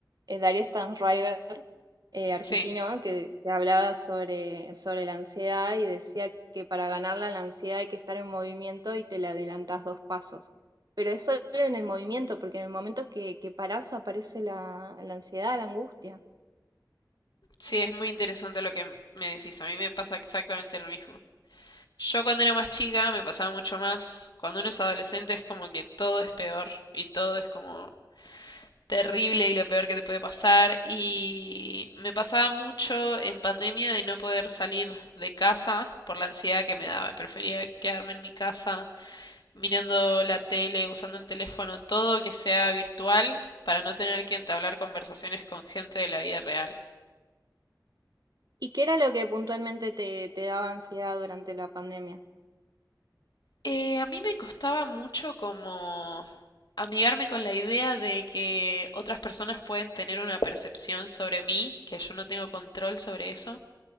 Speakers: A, on the right; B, on the left.
A: eh, Darío Stanriver, eh, argentino,
B: Sí,
A: que, que hablaba sobre, sobre la ansiedad y decía que para ganarla la ansiedad hay que estar en movimiento y te la adelantás dos pasos. Pero es solo en el movimiento, porque en el momento que, que parás aparece la, la ansiedad, la angustia.
B: sí, es muy interesante lo que me decís. A mí me pasa exactamente lo mismo. Yo cuando era más chica me pasaba mucho más. Cuando uno es adolescente es como que todo es peor y todo es como terrible y lo peor que te puede pasar. Y me pasaba mucho en pandemia de no poder salir de casa por la ansiedad que me daba. Prefería quedarme en mi casa mirando la tele, usando el teléfono, todo que sea virtual para no tener que entablar conversaciones con gente de la vida real.
A: ¿Y qué era lo que puntualmente te, te daba ansiedad durante la pandemia?
B: Eh, a mí me costaba mucho como amigarme con la idea de que otras personas pueden tener una percepción sobre mí, que yo no tengo control sobre eso.